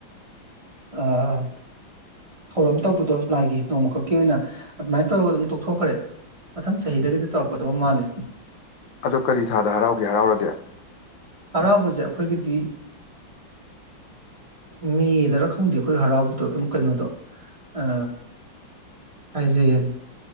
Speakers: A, on the right; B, on the left.
A: ꯑꯥ ꯊꯧꯔꯝ ꯇꯧꯕꯗꯣ ꯂꯥꯏꯒꯤ ꯅꯣꯡꯃꯈꯛꯀꯤ ꯑꯣꯏꯅ ꯑꯗꯨꯃꯥꯏꯅ ꯇꯧꯔꯒ ꯑꯗꯨꯝ ꯇꯣꯛꯊꯣꯛꯈ꯭ꯔꯦ ꯃꯊꯪ ꯆꯍꯤꯗꯒꯗꯤ ꯇꯧꯔꯛꯀꯗꯕ ꯃꯥꯜꯂꯤ
B: ꯑꯗꯣ ꯀꯔꯤ ꯊꯥꯗ ꯍꯔꯥꯎꯒꯦ ꯍꯔꯥꯎꯔꯗꯤ
A: ꯍꯔꯥꯎꯕꯁꯦ ꯑꯩꯈꯣꯏꯒꯤꯗꯤ ꯃꯦꯗꯔ ꯈꯪꯗꯦ ꯑꯩꯈꯣꯏ ꯍꯔꯥꯎꯕꯗꯣ ꯀꯩꯅꯣꯗꯣ ꯑ ꯐꯥꯏꯔꯦꯟ